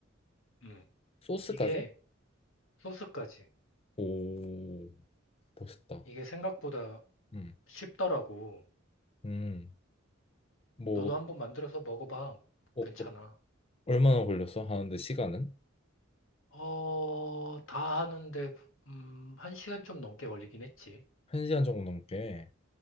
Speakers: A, on the left; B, on the left.
A: 음,
B: 소스까지?
A: 이게 소스까지.
B: 오, 멋있다.
A: 이게 생각보다
B: 음,
A: 쉽더라고.
B: 음. 뭐,
A: 너도 한번 만들어서 먹어봐.
B: 어,
A: 괜찮아.
B: 어, 어, 얼마나 걸렸어? 하는데 시간은?
A: 어, 다 하는데, 음, 한 시간 좀 넘게 걸리긴 했지.
B: 한 시간 정도 넘게.